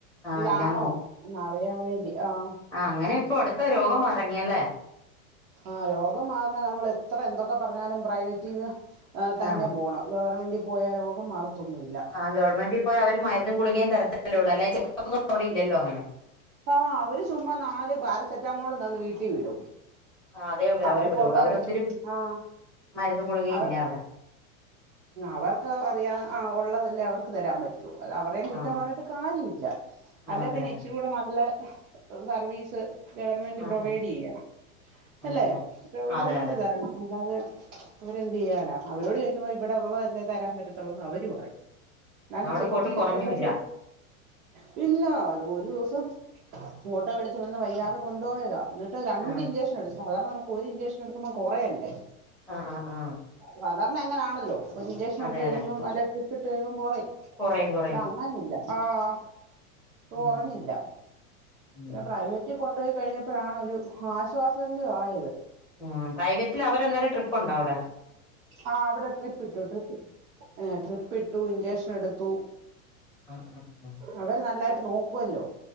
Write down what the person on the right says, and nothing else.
ഇതാണോ
എന്ന അറിയാൻ വേണ്ടി ആഹ
ആ രോഗം മാറണ നമ്മൾ എത്ര എന്തൊക്കെ പറഞ്ഞാലും പ്രൈവറ്റിൽന്ന് ആ തന്നെ
പോണം ഗവർമെന്റിൽ പോയ രോഗം മാറത്തൊന്നുമല്ല
ആഹ അവര് ചുമ്മാ നാല് പാരസെറ്റാമോൾന്ന് വീട്ടിൽ വിടും
അവർക്ക
കൊള്ളല്ല
ആഹ
അവർ
അവർക്ക് അറിയാ ആ ഉള്ളതല്ലേ അവർക്ക് തരാൻ പറ്റോ അവരയും കുറ്റം
പറഞ്ഞിട്ട് കാര്യമില്ല
അല്ല
പിന്നെ
ഇച്ചിരി കൂടെ നല്ല സർവീസ് ഗവൺമെന്റ്
പ്രൊവൈഡ്
ചെയ്യണം
അല്ലെ
ഗവൺമെന്റ്
തരണം അതാത് ഇവരെന്ത് ചെയ്യാനാ അവരോട് ചോദിക്കുമ്പോ ഇവിടെ ഉള്ളതല്ലേ തരാൻ പറ്റത്തുള്ളൂന്ന് അവര് പറയും ഞാനും
ചെക്കി
ഒക്കെ പില്ല അത് ഒരു ദിവസം ഓട്ടോ വിളിച്ച ഇവിടുന്ന് വയ്യാതെ കൊണ്ടുപോയതാ എന്നിട്ട് രണ്ട്
ഇഞ്ചക്ഷൻ എടുക്കും സാധാരണ നമുക്ക് ഒരു ഇൻചെക്ഷൻ എടുക്കുമോം കുറേണ്ടേ
സാധാരണ എ അങ്ങനാണല്ലോ ഇ ഇൻചക്ഷൻ
എടുത്ത് കഴിയുമ്പം
അല്ലെ ട്രിപ്പ് ഇട്ട് കഴുമ്പം കുറേ
അങ്ങാനില്ല ആഹ
കുറഞ്ഞില്ല
പിന്നെ പ്രൈവറ്റ് പറ്റി കൊണ്ടുപോയി കഴിഞ്ഞപ്പോഴാണ് ഒരു ആശ്വാസആയത്
ആഹ അവിടെ ട്രിപ്പ് ഇട്ടു ഇഞ്ചക്ഷൻ എടുത്തു.
അവര് നല്ലായിട്ട് നോക്കുവല്ലോ